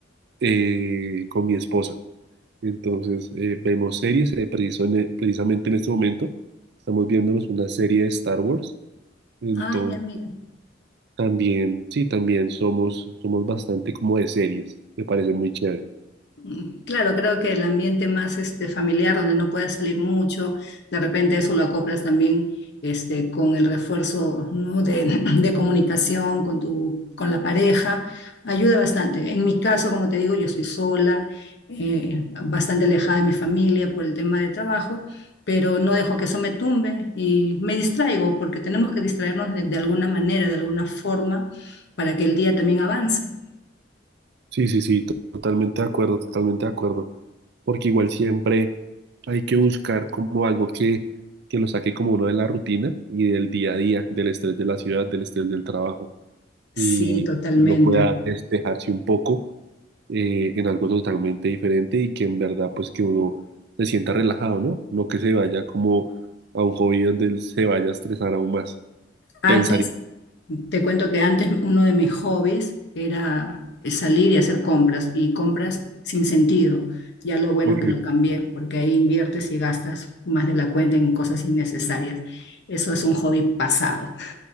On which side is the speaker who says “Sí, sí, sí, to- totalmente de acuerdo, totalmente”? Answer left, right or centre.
Right